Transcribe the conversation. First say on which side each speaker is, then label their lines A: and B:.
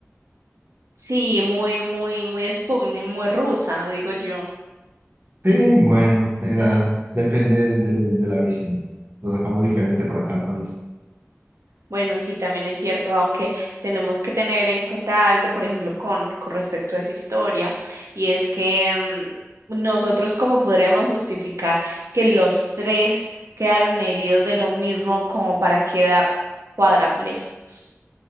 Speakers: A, on the right; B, on the right.
A: Sí, muy, muy, muy Sputnik, muy rusa, digo yo.
B: Sí, bueno, esa- depende de, de- de la visión. Lo sacamos diferente para cada país.
A: Bueno, sí, también es cierto, aunque tenemos que tener en cuenta algo, por ejemplo, con, con respecto a esa historia, y es que mm, nosotros cómo podríamos justificar que los tres quedaron heridos de lo mismo como para quedar cuadrapléjicos